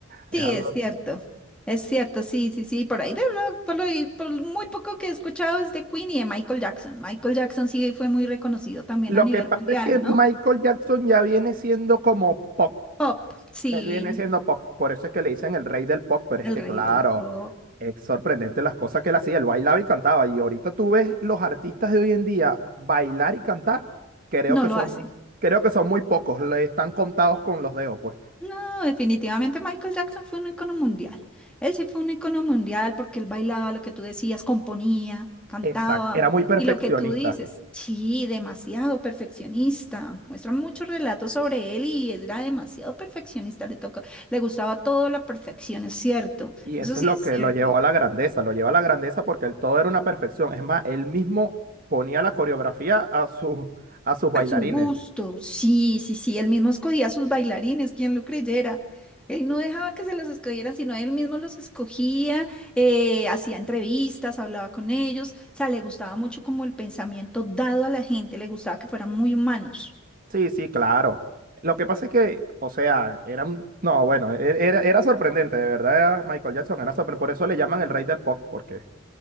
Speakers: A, on the right (about 40°); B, in the centre.
A: es
B: Sí,
A: algo...
B: es cierto. Es cierto, sí, sí, sí. Por ahí de rock, por, lo ahí- por muy poco que he escuchado es de Queen y de Michael Jackson. Michael Jackson sí fue muy reconocido también
A: Lo
B: a nivel
A: que pasa
B: mundial,
A: es que Michael
B: ¿no?
A: Jackson ya viene siendo como pop.
B: Pop, sí,
A: Él viene siendo pop. Por eso es que le dicen el rey del pop. Pero es
B: el
A: que,
B: rey
A: claro,
B: del pop.
A: es sorprendente las cosas que él hacía. Él bailaba y cantaba. Y ahorita tú ves los artistas de hoy en día bailar y cantar. Creo
B: No
A: que
B: lo
A: son,
B: hace.
A: creo que son muy pocos. Le están contados con los dedos, pues.
B: No, definitivamente Michael Jackson fue un icono mundial. Él sí fue un icono mundial porque él bailaba lo que tú decías, componía, cantaba.
A: Exacto. Era muy perfeccionista.
B: Y lo que tú dices, sí, demasiado perfeccionista. Muestran muchos relatos sobre él y era demasiado perfeccionista. Le tocó, le gustaba todo la perfección, es cierto.
A: Y eso
B: Eso sí
A: es lo
B: es
A: que
B: cierto.
A: lo llevó a la grandeza. Lo llevó a la grandeza porque el todo era una perfección. Es más, él mismo ponía la coreografía a sus, a sus bailarines.
B: A su gusto, sí, sí, sí, él mismo escogía a sus bailarines, quien lo creyera. Él no dejaba que se los escogieran, sino él mismo los escogía, eh, hacía entrevistas, hablaba con ellos, o sea, le gustaba mucho como el pensamiento dado a la gente, le gustaba que fueran muy humanos.
A: Sí, sí, claro. Lo que pasa es que, o sea, era un... No, bueno, e- era, era sorprendente, de verdad, Michael Jackson era sorprendente. Por eso le llaman el rey del pop, porque